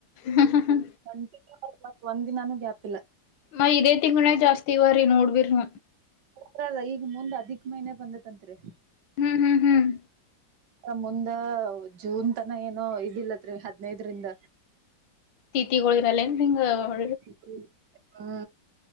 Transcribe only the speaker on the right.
ಕಂಟಿನ್ಯೂ ಒಂದಿನಾನ ಗ್ಯಾಪ್
ಹ ಅಲ್ಲ ಈಗ ಮುಂದ್ ಅದಿಕ್ ಮೈನೆ ಬಂದತ್ಂತ್ರಿ
ಅ ಮುಂದ ಜೂನ್ ತನ ಏನೋ ಇದಿಲ್ಲತ್ರಿ ಹದ್ನೈದ್ರಿಂದ
<unintelligible> ಹ್ಮ